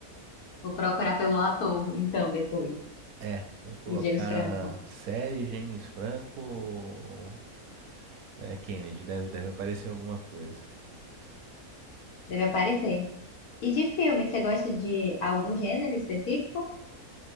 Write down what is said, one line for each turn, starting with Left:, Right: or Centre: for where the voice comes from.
Left: vou procurar pelo ator, então, depois.
Right: É, se a gente colocar
Left: O James Franco.
Right: série James Franco, é, Kennedy, deve, deve aparecer alguma coisa.
Left: Deve aparecer. E de filme, você gosta de algum gênero específico?